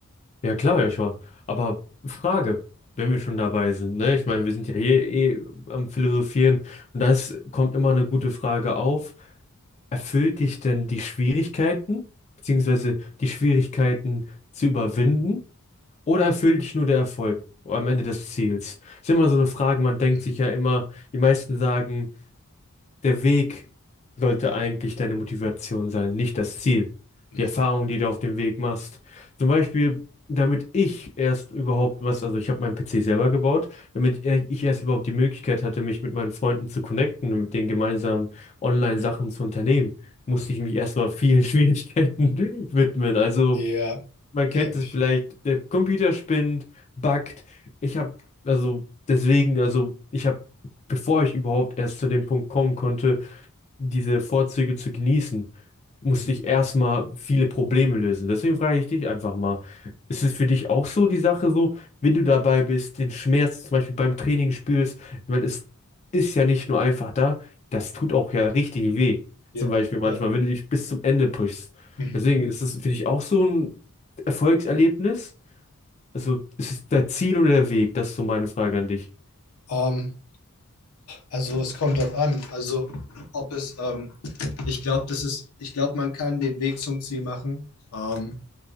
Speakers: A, on the left; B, on the left.
A: Ja klar, Joshua. Aber Frage, wenn wir schon dabei sind, ne? Ich meine,
B: Mhm.
A: wir sind ja hier eh am Philosophieren und da ist- kommt immer eine gute Frage auf. Erfüllt dich denn die Schwierigkeiten, beziehungsweise die Schwierigkeiten zu überwinden? Oder erfüllt dich nur der Erfolg am Ende des Ziels? Ist ja immer so eine Frage, man denkt
B: Mhm.
A: sich ja immer, die meisten sagen, der Weg sollte eigentlich deine Motivation sein, nicht das Ziel.
B: Mhm.
A: Die Erfahrung, die du auf dem Weg machst. Zum Beispiel, damit ich erst überhaupt was, also ich habe meinen PC selber gebaut, damit er- ich erst überhaupt die Möglichkeit hatte, mich mit meinen Freunden zu connecten und mit denen gemeinsam Online-Sachen zu unternehmen, musste
B: Mhm.
A: ich mich erstmal vielen <laughs> Schwierigkeiten widmen. Also
B: Ja,
A: man kennt
B: kenne
A: es
B: ich.
A: vielleicht, der Computer spinnt, buggt. Ich habe, also deswegen, also ich habe, bevor ich überhaupt erst zu dem Punkt kommen konnte, diese Vorzüge zu genießen, musste
B: Mhm.
A: ich erstmal viele Probleme lösen. Deswegen frage ich dich einfach mal, ist es für dich auch so die Sache so, wenn du dabei bist, den Schmerz zum Beispiel beim Training spürst, weil es ist ja nicht nur einfach da, das tut auch ja richtig weh.
B: Ja,
A: Zum Beispiel manchmal,
B: ja.
A: wenn du dich bis zum Ende pushst.
B: Mhm.
A: Deswegen ist es für dich auch so ein Erfolgserlebnis. Also ist es dein Ziel oder der Weg? Das ist so meine Frage an dich.
B: Ähm, Also es kommt drauf an. Also ob es, ähm, ich glaube, das ist, ich glaube, man kann den Weg zum Ziel machen. Ähm,